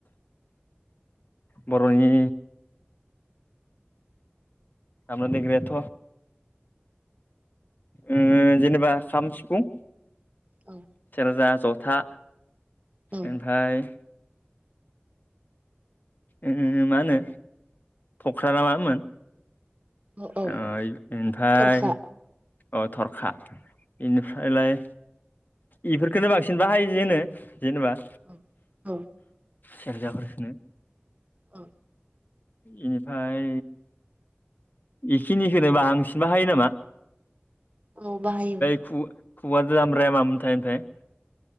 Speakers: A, on the left (about 50°); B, on the right (about 35°).
A: बर'नि दामग्रा देग्रायाथ ओ जेनेबा खाम सिफुं
B: औ
A: सेरजा जथा
B: औ
A: ओमफ्राय ओ मा होनो थख्रा ना मा होनो
B: औ औ
A: ओ ओनिफ्राय
B: थरखा
A: अ थरखा बेनिफ्रायलाय बेफोरखोनो बांसिन बाहायो जेनो जेनेबा
B: औ औ
A: सेरजाफोरखोनो
B: औ
A: इनिफ्राय इखिनिखौनो बांसिन बाहायो नामा
B: औ बाहायो
A: खु खुवाजों दामग्राया मामोनथाय ओमफ्राय